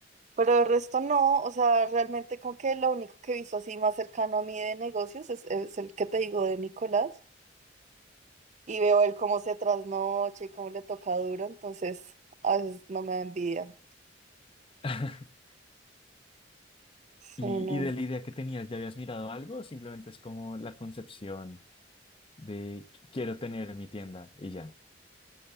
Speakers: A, on the right; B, on the left.
A: Pero el resto no, o sea, realmente como que lo único que he visto así más cercano a mí de negocios es, es el que te digo de Nicolás. Y veo él cómo se trasnocha y cómo le toca duro, entonces a veces no me da envidia.
B: <laughs>
A: Sí,
B: ¿Y,
A: no.
B: y de la idea que tenías, ya habías mirado algo o simplemente es como la concepción de "Qu- quiero tener mi tienda y ya?